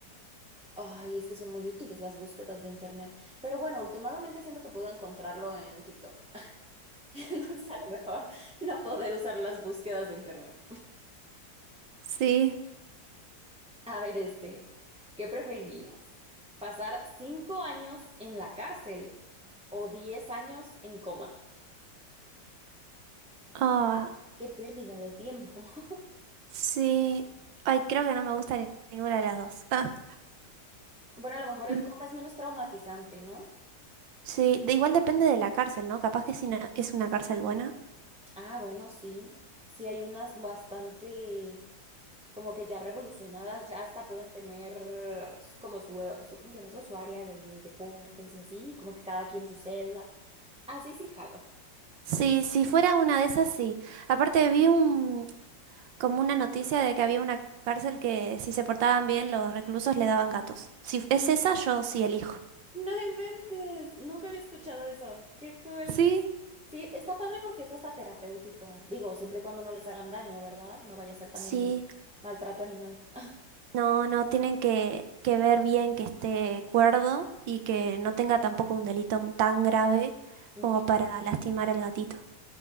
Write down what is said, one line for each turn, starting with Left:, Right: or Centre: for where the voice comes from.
Centre: Ay, es que son muy útiles las búsquedas de internet. Pero bueno, últimamente siento que puedo encontrarlo en TikTok. <laughs> Entonces, a lo mejor no poder usar las búsquedas de internet.
Right: Sí.
Centre: A ver, este, ¿qué preferirías? ¿Pasar cinco años en la cárcel o diez años en coma?
Right: Ah,
Centre: Qué pérdida de tiempo. <laughs>
Right: sí. Ay, creo que no me gusta ni- ninguna de las dos. Ah,
Centre: Bueno, a lo mejor el
Right: Mm,
Centre: coma es menos traumatizante, ¿no?
Right: Sí, de, igual depende de la cárcel, ¿no? Capaz que si no- es una cárcel buena.
Centre: Ah, bueno, sí. Sí, hay unas bastante como que ya revolucionadas, ya hasta pueden tener su- como su, su ¿cómo se llama eso? Su área de deportes y así, como que cada quien su celda. Así sí, jalo.
Right: Sí, si fuera una de esas, sí. Aparte vi un, como una noticia de que había una cárcel que si se portaban bien los reclusos le daban gatos. Si es esa, yo sí elijo.
Centre: No inventes, nunca había escuchado eso. Qué cool.
Right: Sí,
Centre: Sí, está padre porque es hasta terapéutico. Digo, siempre y cuando no les hagan daño, ¿verdad? No vaya a ser también
Right: Sí,
Centre: ahí maltrato animal. Ah,
Right: no, no, tienen que, que ver bien que esté cuerdo y que no tenga tampoco un delito tan grave
Centre: Ok.
Right: como para lastimar al gatito.